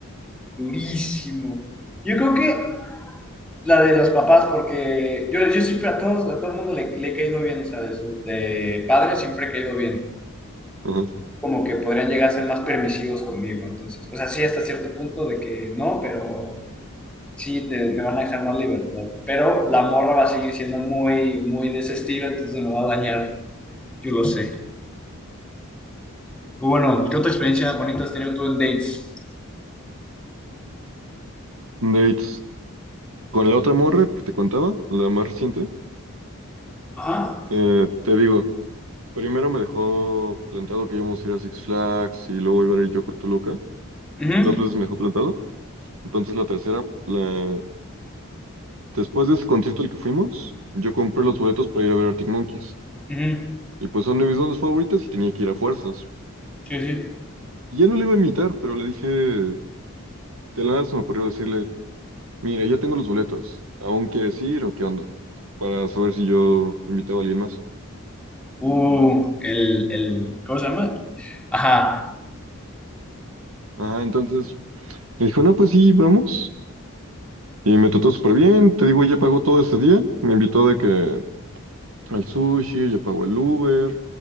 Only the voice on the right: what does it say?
Ajá.
Dates. Con la otra morra que te contaba, la más reciente,
eh, te digo, primero me dejó plantado que íbamos a ir a Six Flags y luego iba a ir yo con Toluca.
Dos veces me dejó plantado. Entonces la tercera, la- después de ese concierto al que fuimos, yo compré los boletos para ir a ver Arctic Monkeys.
Y pues son de mis bandas favoritas y tenía que ir a fuerzas.
Y él no le iba a imitar, pero le dije, de la nada se me ocurrió decirle, Mira, ya tengo los boletos. ¿Aún quieres ir o qué onda? Para saber si yo invitaba a alguien más.
Ajá, entonces me dijo, no, pues sí, vamos. Y me trató súper bien. Te digo, ella pagó todo ese día. Me invitó de que al sushi, ella pagó el Uber.